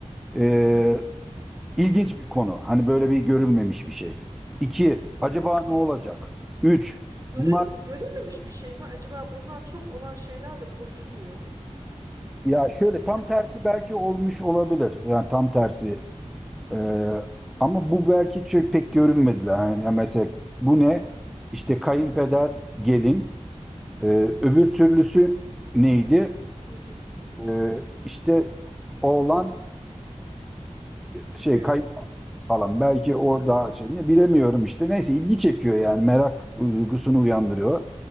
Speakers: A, in the centre; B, on the right (about 30°).
A: e, İlginç bir konu. Hani böyle bir görülmemiş bir şey. İki, acaba
B: Hmm.
A: ne olacak? Üç,
B: Görül,
A: bunlar
B: görülmemiş bir şey mi? Acaba bunlar çok olan şeyler de konuşulmuyor mu?
A: ya şöyle tam
B: Ne?
A: tersi belki olmuş olabilir. Yani tam tersi. Ee, ama bu belki çok pek görülmediler. Yani ya mesela bu ne? İşte kayınpeder, gelin. Ee, öbür türlüsü neydi?
B: Hı hı.
A: Ee, işte oğlan şey
B: Üvey
A: kay
B: anne.
A: falan. Belki o daha şey ne bilemiyorum işte. Neyse ilgi çekiyor yani merak duygusunu uyandırıyor